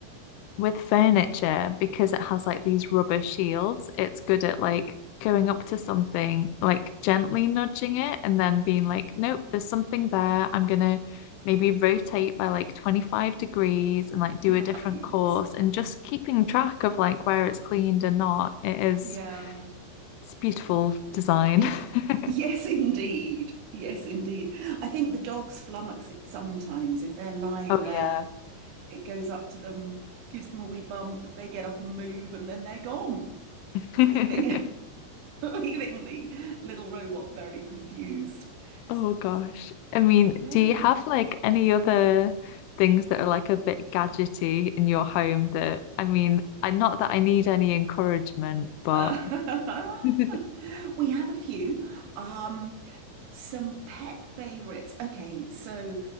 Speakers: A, on the left (about 80°); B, on the right (about 85°).
A: with furniture, because it has like these rubber shields, it's good at like going up to something, like gently nudging it, and then being like, nope, there's something there. I'm gonna maybe rotate by like 25 degrees and like do
B: <laughs>
A: a
B: Right.
A: different course, and just keeping track of like where it's cleaned and not. It is,
B: Yeah.
A: it's beautiful design.
B: It
A: <laughs>
B: yes, indeed. Yes, indeed. I think the dogs flummox it sometimes. If they're lying
A: Oh,
B: there,
A: yeah.
B: it goes up to them, gives them a wee bump, they get up and move, and then they're gone,
A: <laughs>
B: leaving <laughs> leaving the little robot very confused. So,
A: Oh gosh. I mean,
B: yeah.
A: do you have like any other things that are like a bit gadgety in your home that I mean, I not that I need any encouragement, but
B: Uh, <laughs>
A: <laughs>
B: We have a few. Um, some pet favorites. Okay, so